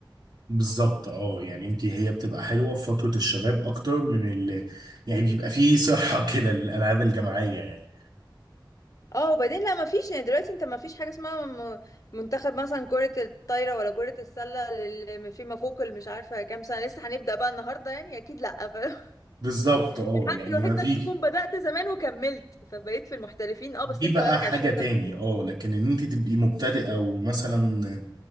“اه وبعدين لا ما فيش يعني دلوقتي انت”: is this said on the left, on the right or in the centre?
Left